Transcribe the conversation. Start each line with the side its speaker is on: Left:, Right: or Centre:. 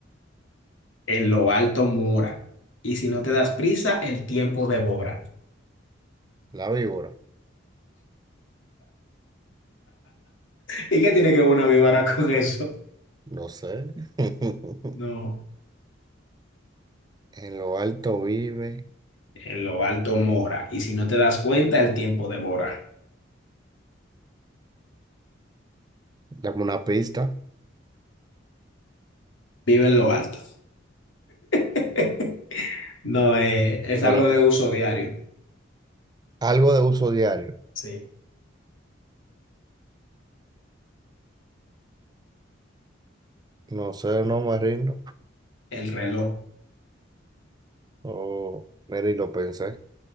Left: en lo alto mora. Y si no te das prisa, el tiempo devora.
Right: la víbora.
Left: ¿Y qué tiene que ver una víbora con eso?
Right: No sé. <laughs>
Left: No,
Right: En lo alto vive.
Left: en lo alto mora. Y si no te das cuenta, el tiempo devora.
Right: Dame una pista.
Left: Vive en lo alto. <laughs> No, eh, es
Right: Ahora,
Left: algo de uso diario.
Right: algo de uso diario.
Left: Sí,
Right: No sé, no me rindo.
Left: el reloj.
Right: Oh, mira, y lo pensé.